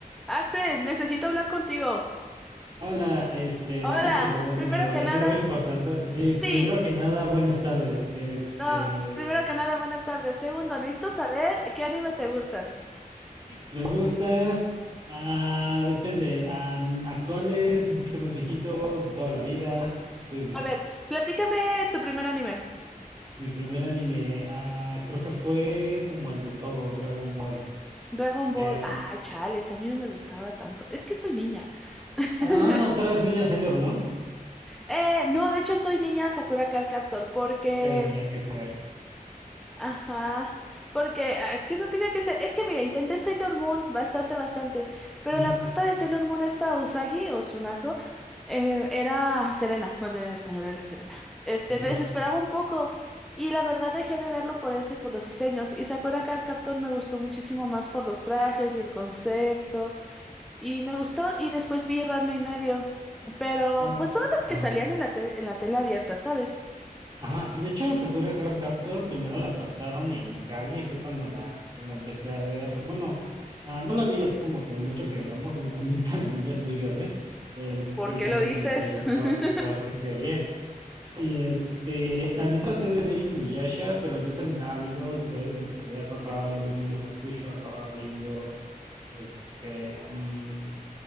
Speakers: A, in the centre; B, on the right.
A: Axel, necesito hablar contigo.
B: Hola, este,
A: Hola,
B: ¿de qué quieres hablar
A: primero
B: conmigo?
A: que
B: ¿Es
A: nada,
B: algo importante? Sí,
A: sí,
B: primero que nada, buenas tardes. Este,
A: no, primero que nada, buenas tardes. Segundo, necesito saber qué anime te gusta.
B: me gusta, ah, depende, ah, actuales, un poquito más viejitos, de toda la vida. Tú dime.
A: A ver, platícame tu primer anime.
B: Mi primer anime, ah, creo que fue como el de todos, Dragon Ball.
A: Dragon Ball.
B: Eh,
A: Ah, chales, a mí no me gustaba tanto. Es que soy niña. <laughs>
B: ah, ¿todas las niñas Sailor Moon?
A: Eh, no, de hecho soy niña Sakura Card Captor porque
B: Tenía que ser.
A: Ajá, porque ah, es que no tenía que ser. Es que mira, intenté Sailor Moon bastante, bastante, pero
B: Ujú,
A: la prota de Sailor Moon esta Usagi o Tsunako eh, era Serena, más bien en español era Serena. Este,
B: ujú.
A: me desesperaba un poco y la verdad dejé de verlo por eso y por los diseños. Y Sakura Card Captor me gustó muchísimo más por los trajes y el concepto y me gustó y después vi Ranma y medio, pero
B: Ah,
A: pues todas las que
B: ah.
A: salían en la te- en la tele abierta, ¿sabes?
B: Ajá, de hecho Sakura Card Captor primero la pasaron en cable y fue cuando la, la empecé a ver. Bueno, ah, no la vi así como que mucho que digamos, se me hace muy <laughs> para niñas, muy girly. Este,
A: ¿Por
B: y
A: qué
B: seguramente
A: lo dices?
B: lo estaba,
A: <laughs>
B: porque sería. Y este, también traté de ver Inuyasha, pero yo terminaba viendo Los Caballeros del Zodiaco, acababa viendo Yu Yu Hakusho, acababa viendo este, mm,